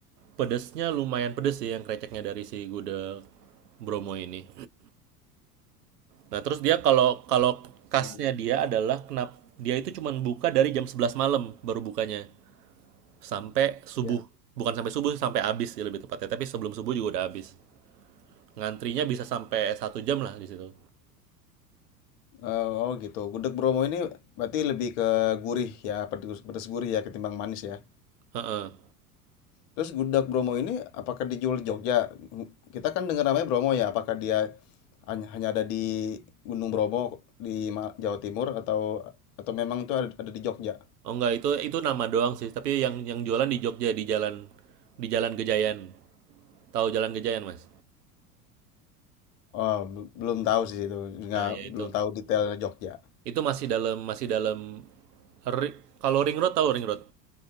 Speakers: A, on the right; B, on the left.
A: pedesnya lumayan pedes sih yang kreceknya dari si gudeg Bromo ini. Nah, terus dia kalau kalau kasnya
B: oh
A: dia adalah kenapa dia itu cuma buka dari jam 11 malam baru bukanya sampai subuh.
B: ya
A: Bukan sampai subuh, sampai habis ya lebih tepatnya, tapi sebelum subuh juga udah habis. Ngantrinya bisa sampai satu jam lah di situ.
B: Eh, oh gitu gudeg Bromo ini berarti lebih ke gurih ya pedes, pedes gurih ya ketimbang manis ya
A: Heeh.
B: Terus gudeg Bromo ini apakah dijual di Jogja? Kita kan dengar namanya Bromo ya, apakah dia hanya ada di Gunung Bromo di Jawa Timur atau atau memang itu ada, ada di Jogja?
A: Oh enggak, itu itu nama doang sih, tapi yang yang jualan di Jogja di jalan di Jalan Gejayan. Tahu Jalan Gejayan, Mas?
B: Oh, bel- belum tahu sih itu, nggak
A: Nah, ya itu.
B: belum tahu detailnya Jogja.
A: Itu masih dalam masih dalam ri- kalau ring road tahu ring road.